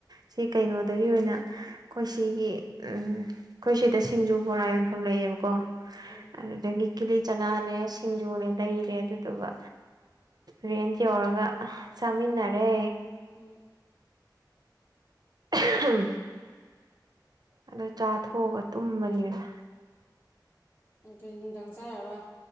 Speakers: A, on the right; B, on the left.
A: ꯁꯤ ꯀꯩꯅꯣꯗꯒꯤ ꯑꯣꯏꯅ ꯑꯩꯈꯣꯏ ꯁꯤꯒꯤ ꯑꯩꯈꯣꯏ ꯁꯤꯗ ꯁꯤꯡꯖꯨ ꯕꯣꯔꯥ ꯌꯣꯟꯐꯝ ꯂꯩꯌꯦꯕꯀꯣ
B: ꯎꯝ
A: ꯑꯗꯨꯗꯒꯤ ꯀꯤꯂꯤ ꯆꯅꯥꯅꯦ ꯁꯤ ꯁꯤꯡꯖꯨꯅꯦ ꯂꯩꯔꯦ ꯑꯗꯨꯗꯨꯒ ꯔꯦꯟꯠ ꯌꯧꯔꯒ ꯆꯥꯃꯤꯟꯅꯔꯦ
B: ꯎꯝ
A: ꯑꯍꯝ ꯑꯗꯨ ꯆꯥꯊꯣꯛꯑꯒ ꯇꯨꯝꯕꯅꯤꯅ
B: ꯑꯗꯨꯗꯤ ꯅꯨꯡꯗꯥꯡ ꯆꯔꯔꯣꯏ